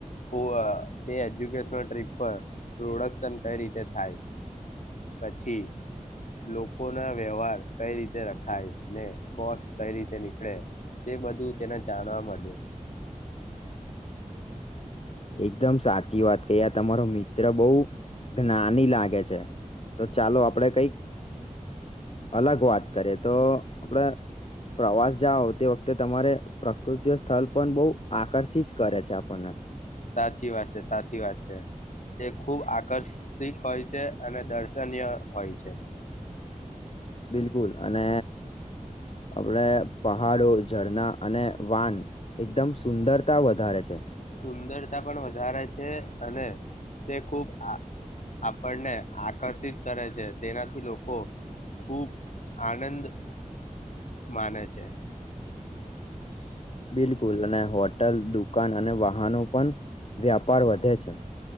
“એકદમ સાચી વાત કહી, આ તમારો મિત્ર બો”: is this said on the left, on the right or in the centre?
Left